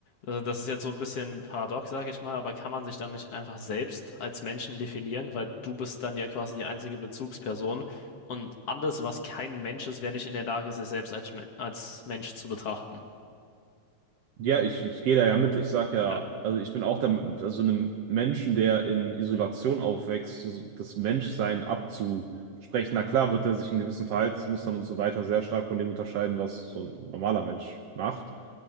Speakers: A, on the left; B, on the right.
A: also das ist jetzt so ein bisschen paradox, sag ich mal, aber kann man sich dann nicht einfach selbst als Menschen definieren, weil du bist dann ja quasi die einzige Bezugsperson und alles, was kein Mensch ist, wäre nicht in der Lage, sich selbst als, Men- als Mensch zu betrachten.
B: ja, ich, ich gehe da ja mit. Ich sag ja,
A: Ja,
B: also ich bin auch der, also einem Menschen, der in Isolation aufwächst, so das Menschsein abzusprechen. Na klar, wird er sich in gewissen Verhaltensmustern und so weiter sehr stark von dem unterscheiden, was so ein normaler Mensch macht.